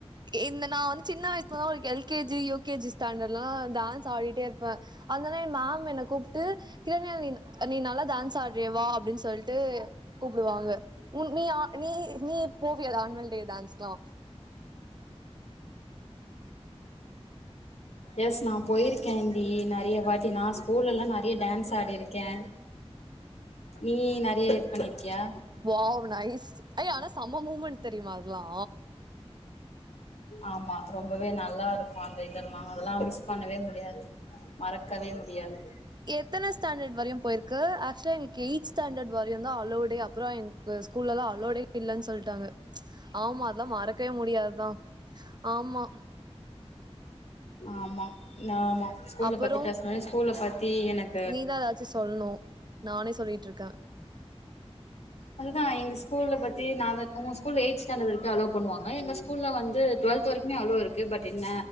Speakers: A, on the right (about 40°); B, on the left (about 85°).
A: இந்த நா வந்து சின்ன வயசுலலா ஒரு எல்கேஜி யுகேஜி ஸ்டாண்டர்ல்லா டான்ஸ் ஆடிட்டே இருப்பே அந்த உனே எ மேம் என்ன கூப்ட்டு கிரண்யா நீ நீ நல்லாடான்ஸ் ஆடுறியே வா அப்டின் ஸ் சொல்ட்டு கூப்டுவாங்க உ நீ நீ நீ போவியா அது ஆன்வல் டே டான்ஸ்க்ல்லா
B: எஸ் நா போயிருக்கேன்டி நெறைய வாட்டி நா ஸ்கூல்லல்லா நெறைய டான்ஸ் ஆடிருக்கே நீ நெறைய இது பண்ணிருக்கியா
A: வாவ் நைஸ் ஐய ஆனா செம மூமெண்ட் தெரியுமா அதெல்லா
B: ஆமா ரொம்பவே நல்லா இருக்கு அந்த இதெல்லா அதெல்லா மிஸ் பண்ணவே முடியாது மறக்கவே முடியாது
A: எத்தன ஸ்டாண்டர்ட் வரையு போயிருக்கு ஆக்சுவலா இன்னிக் எய்த் ஸ்டாண்டர்ட் வரையுதா அளோவ்டே அப்றோ என்க்கு ஸ்கூல்லல்லா அளோடே இல்லன்னு சொல்ட்டாங்க ஆமா அதா மறக்கவே முடியாதுதா ஆமா
B: ஆமா ஆமா ஸ்கூல
A: அப்பறோ
B: பத்தி பேஸ்னொனே ஸ்கூல பத்தி எனக்
A: நீதா எதாச்சு சொல்னு நானே சொல்லியிட்ருக்க
B: அதுதா எங்க ஸ்கூல்ல பத்தி நாதா உங்க ஸ்கூல் எய்த் ஸ்டாண்டட் வரைக்கு அலோ பண்ணுவாங்க எங்க ஸ் கூல்ல வந்து டுவெல்த் வரைக்குமே அலோ இருக்கு பட் என்ன